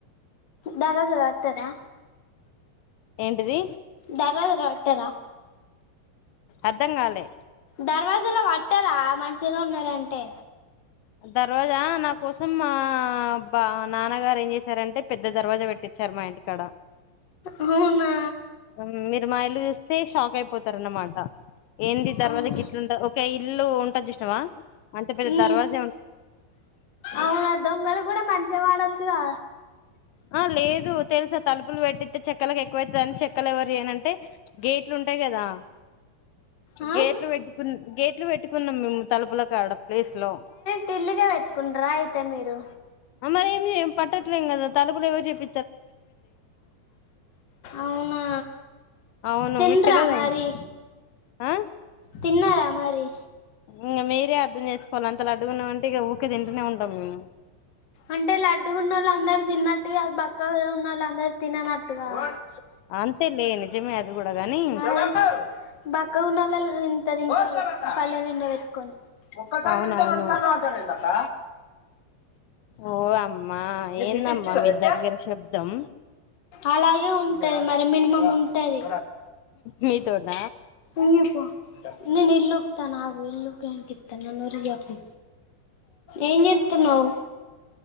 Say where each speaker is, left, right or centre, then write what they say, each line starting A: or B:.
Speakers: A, on the left (about 55°); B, on the left (about 80°).
A: ధర్వాజల పట్టారా
B: ఏంటిది
A: ధర్వాజల పట్టారా
B: అర్ధం కాలే
A: దర్వాజల పట్టరా మంచిగా ఉన్నారంటే
B: దర్వాజా నా కోసం మా బా నాన్నగారు ఏం చేసారంటే పెద్ద దర్వాజా పెట్టి చేసారు మా ఇంటికాడ
A: అవునా
B: ఉమ్, మీరు మా చూస్తే షాక్ అయిపోతార అన్నమాట ఏంటి దర్వాజా
A: అవునా
B: గిట్లు ఉంట ఓక ఇల్లు ఉంటంది చసినవా అంతే పెద్ద
A: ఉమ్
B: దర్వాజా
A: అవునా దొంగలు కూడా మంచిగా పడొచ్చు గా
B: ఆ లేదు తెలుసా తలుపులు పెట్టి చెక్కలకు ఎక్కువ అవుతుందిని చెక్కలు ఎవరు చేయనంటే గేట్లు ఉంటాయి కదా
A: ఆ
B: గేట్లు పెట్టుకున్నా గేట్లు పెట్టుకున్నాం మేము తలుపుల కాడా ప్లేస్ లో
A: టిల్లులే పెట్టుకుండరా అయితే మీరు
B: అమరి ఏంది పట్టట్లేదా తలుపులు ఎవరు చెప్ప
A: అవునా
B: అవును
A: తింట్రా
B: మీకు తెలవదాయే
A: మరి
B: ఆ
A: తిన్నార మరి
B: ఇంకా మీరే అర్థం చేసుకోవాలి అంత లడ్డుకునేమంటే ఇక ఉఊకే తింటూనే ఉంటాం మేము
A: అంటే లడ్డుగ ఉన్న వాళ్ళ అందరుూ తిన్నట్టు కాదు బక్క ఉన్నళ్ళు అందరూ తిననట్టుగా కాదు
B: అంతే లే నిజమే అది కూడా గాని
A: మరి బక్కగా ఉనోలే ఇంత తింటారు పళ్లెం నిండ పెట్టుకొని ఒక్కసారి
B: అవునవును
A: పిళ్తే రెండుసార్లు ఓ అంటన్నావ్ అక్క
B: ఓ అమ్మా
A: నీ
B: ఎందమ్మా
A: బిడ్డ ఇచ్చిందా
B: మీ
A: పెట్టి
B: దగ్గర శబ్దం
A: అలాగే ఉంటది మరి మినిమం ఉంటది
B: మీతోట
A: ఈయిపో నేను ఇల్లు ఉకుతున్న ఆగుఇల్లు ఉకినంక ఇత నాను ఊకె ఒరియకు, ఎం చేతన్నావ్